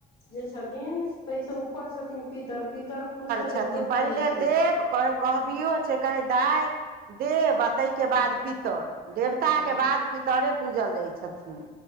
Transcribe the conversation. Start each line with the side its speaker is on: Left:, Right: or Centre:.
Left: जे छथिन ताहिस ऊपर छथिन पितर पितर खुश तऽ
Right: छथिन
Left: देवतो
Right: पहिले
Left: खुश छै
Right: देव कहबियो छै कहै दाइ देब आ ताहिके बाद पितर देवताके
Left: हँ
Right: बाद पितरे पूजल जाइ छथिन